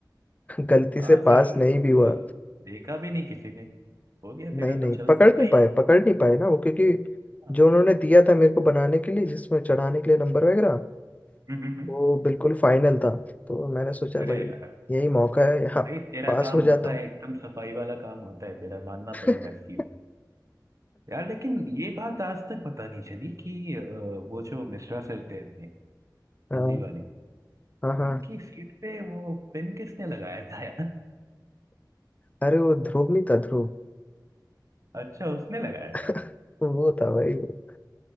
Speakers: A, on the left; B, on the right.
A: गलती
B: हाँ,
A: से
B: सर
A: पास
B: वो
A: नहीं भी हुआ
B: देखा भी नहीं किसी ने हो गया
A: नहीं
B: तेरा
A: नहीं
B: तो चल
A: पकड़
B: था भाई
A: नहीं पाए पकड़ नहीं पाए ना वो क्योंकि
B: हाँ।
A: जो उन्होंने दिया था मेरे को बनाने के लिए जिसमें चढ़ाने के लिए नंबर वगैरह
B: हम्म, हम्म, हम्म।
A: वो बिल्कुल फाइनल था तो मैंने सोचा
B: अरे
A: भाई
B: यार
A: यही मौका है यहाँ
B: भाई तेरा
A: पास
B: काम
A: हो जाता
B: होता
A: हूँ
B: है एकदम सफाई वाला काम होता है तेरा मानना
A: <laughs>
B: पड़ेगा इसकी यार लेकिन ये बात आज तक पता नहीं चली कि अ, वो जो मिश्रा सर थे अपने
A: हाँ
B: हिंदी वाले
A: हाँ हाँ
B: उनकी सीट पे वो पेन किसने लगाया था यार
A: अरे वो ध्रुव नहीं था ध्रुव
B: अच्छा उसने लगाया था
A: <laughs> वो था भाई वो